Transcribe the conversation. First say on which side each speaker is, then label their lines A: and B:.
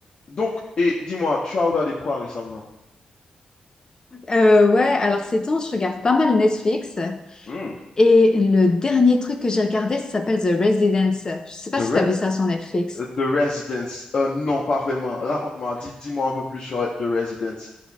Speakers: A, on the left; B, on the left.
A: Donc, et dis-moi, tu as regardé quoi récemment?
B: Euh, ouais, alors ces temps, je regarde pas mal Netflix
A: Hmm,
B: et le dernier truc que j'ai regardé, ça s'appelle The Residence. Je sais pas
A: The,
B: si
A: Re-
B: t'as vu ça sur Netflix.
A: euh, The Residence. Euh, non, pas vraiment. Raconte-moi, dis, moi un peu plus sur The Residence.